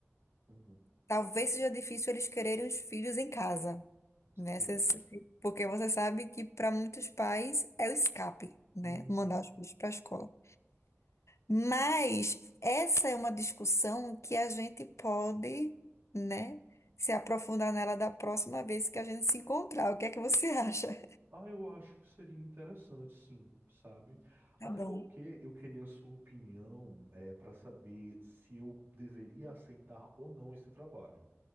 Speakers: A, on the right; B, on the left.
A: Uhum.
B: talvez seja difícil eles quererem os filhos em casa, né?
A: Sim.
B: Cês- Porque você sabe que para muitos pais é o escape, né,
A: Uhum.
B: mandar os filhos para a escola. Mas essa é uma discussão que a gente pode, né, se aprofundar nela da próxima vez que a gente se encontrar. O que é que você <laughs> acha?
A: Ah, eu acho que seria interessante, sim, sabe?
B: Tá
A: Até
B: bom.
A: porque eu queria a sua opinião, é, para saber se eu deveria aceitar ou não esse trabalho.